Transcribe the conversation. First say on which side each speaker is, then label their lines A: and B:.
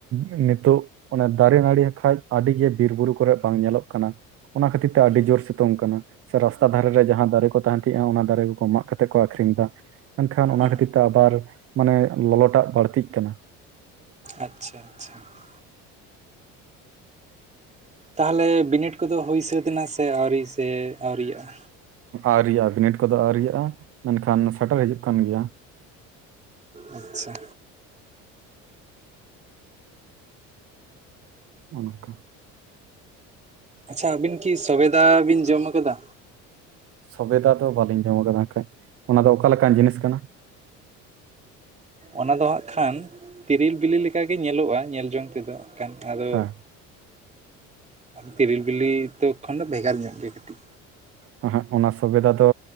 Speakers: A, on the right; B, on the right.
A: ᱱᱮᱛᱚᱜ ᱚᱱᱮ ᱫᱟᱨᱮ ᱱᱟᱹᱲᱤ ᱦᱟᱜ ᱠᱷᱟᱡ ᱟᱹᱰᱤᱜᱮ ᱵᱤᱨ ᱵᱩᱨᱩ ᱠᱚᱨᱮᱜ ᱵᱟᱝ ᱧᱮᱞᱚᱜ ᱠᱟᱱᱟ ᱾ ᱚᱱᱟ ᱠᱷᱟᱹᱛᱤᱨ ᱛᱮ ᱟᱹᱰᱤ
B: ᱦᱩᱸ
A: ᱡᱳᱨ ᱥᱮ ᱛᱳᱝ ᱠᱟᱱᱟ, ᱥᱮ ᱨᱟᱥᱛᱟ ᱫᱷᱟᱨᱮ ᱨᱮ ᱡᱟᱦᱟᱸ ᱫᱟᱨᱮ ᱠᱚ ᱛᱟᱦᱮᱱ ᱛᱟᱸᱦᱤᱜᱼᱟ ᱚᱱᱟ ᱫᱟᱨᱮ ᱠᱚᱠᱚ ᱢᱟᱜ ᱠᱟᱛᱮᱫ ᱠᱚ ᱟᱠᱷᱨᱤᱧ ᱫᱟ ᱾ ᱢᱮᱱᱠᱷᱟᱱ ᱚᱱᱟ
B: ᱦᱩᱸ
A: ᱠᱷᱟᱹᱛᱤᱨ ᱛᱮ ᱟᱵᱟᱨ ᱢᱟᱱᱮ ᱞᱚᱞᱚᱴᱟᱜ ᱵᱟᱹᱲᱛᱤᱜ ᱠᱟᱱᱟ ᱾
B: ᱟᱪᱪᱷᱟ, ᱟᱪᱪᱷᱟ ᱾ ᱛᱟᱦᱚᱞᱮ ᱵᱤᱱᱤᱰ ᱠᱚᱫᱚ ᱦᱩᱭ ᱥᱟᱹᱛ ᱮᱱᱟ ᱥᱮ ᱟᱹᱣᱨᱤ ᱥᱮ ᱟᱹᱣᱨᱤᱭᱟᱜᱼᱟ?
A: ᱟᱨᱭᱟ ᱵᱤᱱᱤᱰ ᱠᱚᱫᱚ ᱟᱹᱨ ᱨᱮᱭᱟᱜᱼᱟ ᱢᱮᱱᱠᱷᱟᱱ ᱥᱮᱴᱮᱨ ᱦᱤᱡᱩᱜ ᱠᱟᱱ ᱜᱮᱭᱟ᱾
B: ᱟᱪᱷᱟ
A: ᱚᱱᱠᱟ
B: ᱟᱪᱷᱟ ᱟᱹᱵᱤᱱ ᱠᱤ ᱥᱵᱮᱫᱟ ᱵᱤᱱ ᱡᱚᱢ ᱟᱠᱟᱫᱟ?
A: ᱥᱵᱤᱫᱟ ᱫᱚ ᱵᱟᱹᱞᱤᱧ ᱡᱚᱢ ᱟᱠᱟᱫᱟ ᱠᱟ. ᱡ ᱚᱱᱟ ᱫᱚ ᱚᱠᱟ ᱞᱮᱮᱠᱟᱱ ᱡᱤᱱᱤᱥ ᱠᱟᱱᱟ?
B: ᱚᱱᱟ ᱫᱚ ᱦᱟᱸᱜ ᱠᱷᱟᱱ ᱛᱤᱨᱤᱞ ᱵᱤᱞᱤ ᱞᱮᱠᱟᱜᱮ ᱧᱮᱞᱚᱜᱼᱟ ᱧᱮᱞ ᱡᱚᱝ ᱛᱮᱫᱚ ᱠᱟᱱᱛᱷᱟ ᱫᱚ
A: ᱦᱮᱸ
B: ᱛᱤᱨᱞ ᱵᱤᱞᱤ ᱛᱚᱠᱷᱚᱱ ᱫᱚ ᱵᱷᱮᱜᱟᱨ ᱧᱚᱜ ᱜᱮᱭᱟ ᱠᱟᱹᱴᱤᱡ
A: ᱦ ᱦᱮᱸ ᱚᱱᱟ ᱥᱩᱵᱮᱫᱟ ᱫᱚ